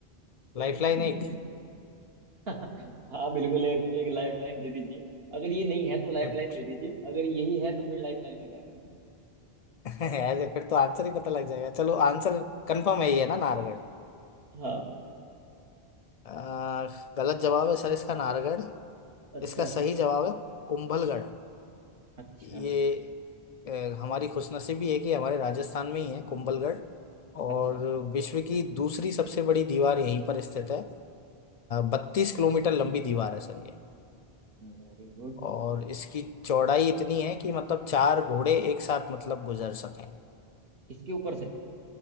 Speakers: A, on the right; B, on the left.
A: <laughs>
B: लाइफलाइन एक
A: नहीं हाँ बिल्कुल एक एक लाइफ लाइन दे दीजिए अगर ये नहीं है तो लाइफ
B: 50
A: लाइन दे दीजिए अगर यही है तो फिर लाइफ लाइन का क्या करेंगे
B: <laughs> ऐसे फिर तो आंसर ही पता लग जाएगा चलो आंसर कंफर्म है ही है ना नाहरगढ़
A: हाँ
B: आ, गलत जवाब है सर इसका नाहरगढ़
A: अच्छा
B: इसका सही जवाब है कुंभलगढ़
A: अच्छा
B: ये अ, हमारी खुशनसीबी है कि हमारे राजस्थान में ही है कुंभलगढ़ और
A: अच्छा
B: विश्व की दूसरी सबसे बड़ी दीवार यहीं पर स्थित है बत्तीस किलोमीटर लंबी दीवार है सर ये
A: Very good
B: और इसकी चौड़ाई इतनी है कि मतलब चार घोड़े एक साथ मतलब गुजर सकें
A: इसके ऊपर से